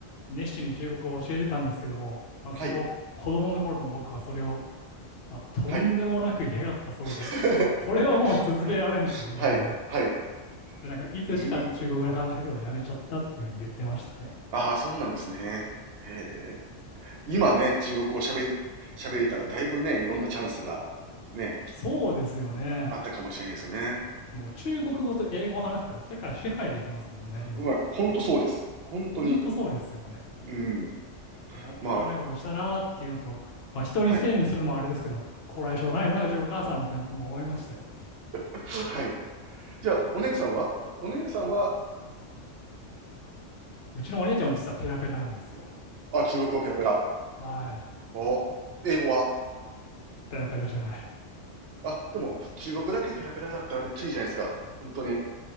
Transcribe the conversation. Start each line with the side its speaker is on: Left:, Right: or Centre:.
Left: 熱心に中国語を教えてたんですけども、まあ、
Right: はい、
Left: その子供の頃の僕はそれを、まあ、とんでもなく嫌がったそうで、
Right: はい。<laughs>
Left: あこれはもう続けられんということで、
Right: はい、はい、はい、う
Left: で、なんかいつしか中国語で話しかけるのをやめちゃったっていうふうに言ってましたね。
Right: ーん。ああ、そうなんですね。へえ。今ね、中国語を喋り、喋れたらだいぶね、いろんなチャンスがね、
Left: そうですよね。
Right: あったかもしれないですよね。
Left: もう中国語と英語を話せたら世界支配できますもんね、今。
Right: まあ、ほんとそうです。本当に。
Left: ほんとそうですよね。
Right: うん。
Left: もったいないことしたなーっていうのと、
Right: まあ、
Left: まあ、人にせいにするのもあれですけど、
Right: はい。
Left: こらえ性ないな、うちのお母さんみたいなことも思いましたよ。
Right: <laughs> はい。じゃあ、お姉さんはお姉さんは、
Left: うちのお姉ちゃんも実はペラペラなんですよ。
Right: あ、中国語ペラペラ。
Left: はい。
Right: お、英語は
Left: ペラペラじゃない。
Right: あ、でも、中国だけペラペラだったらめっちゃいいじゃないですか。本当に。